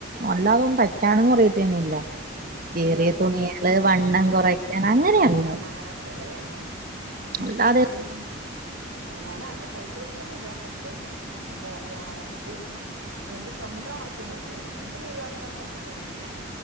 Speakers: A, on the right; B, on the right.
A: അല്ലാതൊന്നും തയ്ക്കനെന്നും അറിയത്തേന്നുല്ല..
B: ആ,
A: കിറിയ
B: ചുരിദാറൊക്കെ
A: തുണികള്
B: തയ്ക്കോ
A: വണ്ണം
B: ആ
A: കുറക്കാൻ അങ്ങനെ അറിയാവു
B: അങ്ങനൊക്കെ അല്ലേ ആ
A: അല്ലാതെ..
B: <unintelligible> ആ ഞാൻ ആർക്കും തയ്ച്ചു കൊടുക്കൊന്നില്ല പക്ഷെ എന്താ പറയാ നമുക്ക്. എന്റെ സ്വന്തം ആവശ്യങ്ങൾക്കുള്ളത് എന്റെ ചുരിദാർ ഞാൻ പുറത്ത്ക്ക് കൊടുക്കൂല.